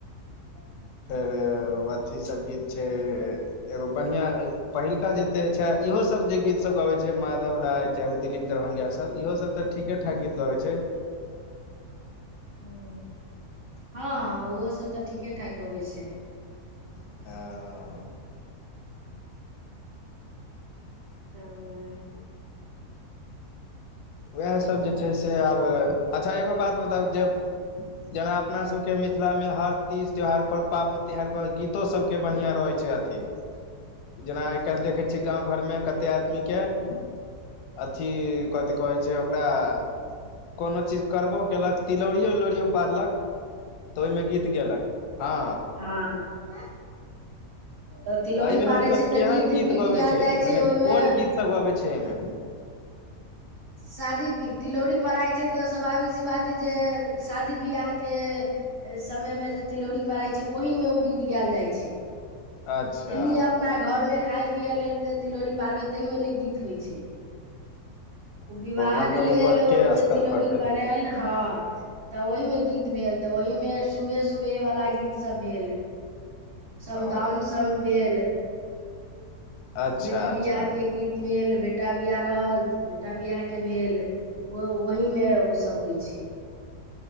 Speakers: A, on the right (about 45°); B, on the left (about 80°).
A: <unintelligible>
B: फेर अथी सब गीत छै एगो बढ़िआँ पहिलका जतेक छै इहोसभ जे गीतसभ गबैत छै माधव राय चाहे ओ दिलीप दरभंगिया सब इहो सब तऽ ठीके ठाक गीत गबै छै
A: <unintelligible> ह <inaudible> हँ ओहो सब तऽ ठीके ठाक गबै छै
B: <unintelligible>
A: <unintelligible>
B: उएह सब जे छै से आब अच्छा एगो बात बताउ जेब <inaudible> जेना अपना सब केँ मिथिलामे हर तीज त्यौहार पर पाबैन तिहार पर गीत सब के बढ़िया रहै छै अथी <inaudible> जेना आइ काल देखै थी गाँव घर मे कते आदमी केँ <inaudible> अथ कथि कह छै ओकरा <inaudible> कोनो चीज करबो केलक तिलौरियो उिलौरियो पारलक तऽ ओइमें गीत गेलक हँ
A: हँ <unintelligible> तऽ तिलौरी
B: एहिमे
A: पारै
B: मतलब
A: छै तऽ
B: केहन
A: गीत गीत
B: गबै
A: गायल जाइ
B: मने
A: छै ओइमे
B: कोन गीत सब गबै छै एहिमे
A: शादी तिलौरी पड़ाय छै तऽ स्वाभाविक सी बात हेय जे शादी ब्याहके समयमे जे तिलौरी पराय छै ओहिमे ओ गीत गायल जाइ छै
B: अच्छा
A: एने अपना घर में खााय पिये लेल जे तिलोड़ी पारवे ता मे ने गीत होइ छै ओ विवाहके
B: मतलब
A: लेल
B: उ बड़के
A: जे
B: स्तर
A: तिलौरी
B: भेल
A: पर आयल हँ तऽ ओहिमे गीत भेल तऽ ओहमे सुभे सुभेवला गीतसभ भेल समदाउन
B: ओ
A: सब भेल
B: अच्छा
A: बेटी बिआाह
B: अच्छा
A: के गीत भेल बेटा बिआाह रहल बेटा बिआाह के भेल। ओ ओहि मे उ सब होइ छै